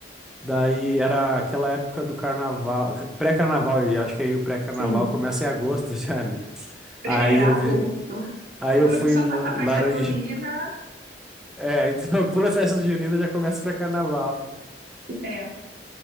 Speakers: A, in the centre; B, on the right.
A: Daí era aquela época do carnaval, ca- pré-carnaval, e acho que aí o pré-carnaval
B: Sim.
A: começa em agosto <laughs> já, né? Aí
B: É,
A: eu
B: agosto.
A: vi, aí
B: <laughs>
A: eu fui
B: Só
A: em La-
B: passar a
A: Laranje.
B: festa junina,
A: É, <laughs> então pula a festa junina já começa o pré-carnaval.
B: é.